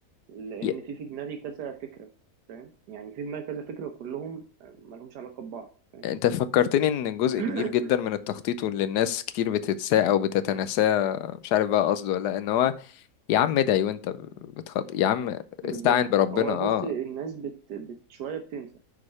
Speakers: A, on the right; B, on the left.
A: لأن
B: ي-
A: في في دماغي كذا فكرة فاهم يعني في دماغي كذا فكرة كلهم ملهمش علاقة ببعض فاهم
B: انت فكرتني ان جزء
A: <coughs>
B: كبير جدا من التخطيط واللي الناس كتير بتنساه او بتتناساه مش عارف بقى قصده ولا لأ، ان هو يا عم ادعي وانت بتخط يا عم
A: بالظبط
B: استعن بربنا
A: هو
B: اه
A: بس الناس بت, بت شوية بتنسى